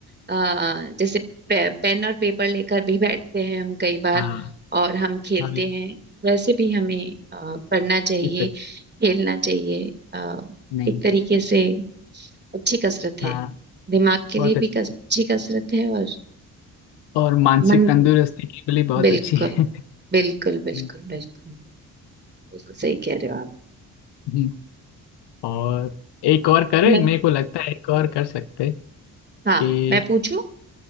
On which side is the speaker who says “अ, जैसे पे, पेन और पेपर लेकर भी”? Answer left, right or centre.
Right